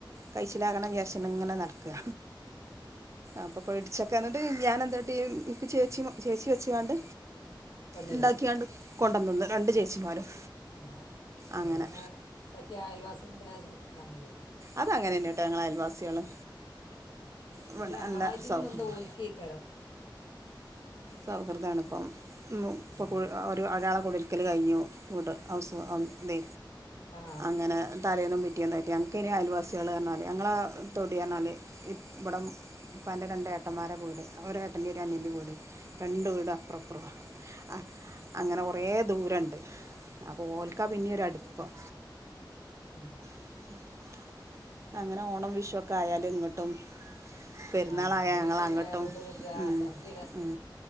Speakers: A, on the right (about 35°); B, on the left (about 85°).
A: കയ്ച്ചിലാകണം വിചാര്ച്ച് ഇങ്ങനെ നടക്കാ അപ്പൊപ്പ ഇടിച്ചക്ക എന്നിട്ട് ഞാൻ എന്താട്ടീ ചേച്ചി ചേച്ചി വെച്ച് കാണ്ട്
B: തന്നൂല്ലേ
A: ഇണ്ടാക്കിയാണ്ട് കൊണ്ടന്നന്ന് രണ്ട് ചേച്ചിമാരും
B: ആ
A: അങ്ങനെ
B: അങ്ങനെ പറ്റിയ അയൽവാള്ണ്ടായാ സ് ഇതാണല്ലോ
A: അത് അങ്ങനെന്നെട്ടാ ഞങ്ങൾ അയൽ വാസാള് ഇവടെ
B: അത് നമ്മളായിട്ടും
A: നല്ല സൗഹൃദാ
B: ബന്ധം ഓൽക്കേക്കാരം
A: സൗഹൃദാണ് ഇപ്പം ഇപ്പം
B: ആ
A: കു ഒരു ഒരാളെ കുട്ടിര് ടിരിക്കല് കഴിഞ്ഞു ങ്ങട്ട് ഹൗസ് വാമിങ്ങ് ഇതെ
B: ആ
A: അങ്ങനെ തലേന്നും പിറ്റേ റ്റ്യാന്നയ്ട്ട് ഞങ്ങ്ക്കയ്ന് അയിവാസാള് അർഞ്ഞാല് ഞങ്ങളാ തൊടീന്നർഞ്ഞാല് ഇവടം ഉപ്പാന്റെ രണ്ടേഏട്ടന്മാരെ വീടും ഒരേഏട്ടന്റിം ഒരു അനിയന്റിം വീടും രണ്ട് വീട് അപ്പറം ഇപ്പ്റവാ അ അങ്ങനെ കൊ റേ ദൂരണ്ട് അപ്പഓൽക്കാ പിന്നെര് അട്പ്പം
B: ഉം
A: <inaudible> അങ്ങനെ ഓണം വിഷു ഒക്കെ ആയാല് ഇങ്ങട്ടും പെര്ന്നാളായ
B: ആ ഓണം
A: ഞങ്ങള്
B: വിഷയൊക്കെ
A: അങ്ങട്ടും
B: ആയതുകൊണ്ട് നിങ്ങൾക്ക് ആ
A: ഉം
B: സദ്യ
A: ഉം